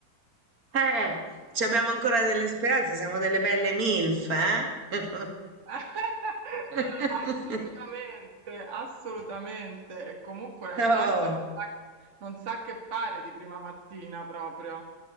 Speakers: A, on the right; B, on the right.
A: Eh, ci abbiamo ancora delle speranze, siamo delle belle MILF, eh?
B: <laughs>
A: <laughs>
B: Assolutamente, assolutamente. E comunque la
A: Oh.
B: gente non sa, non sa che fare di prima mattina proprio.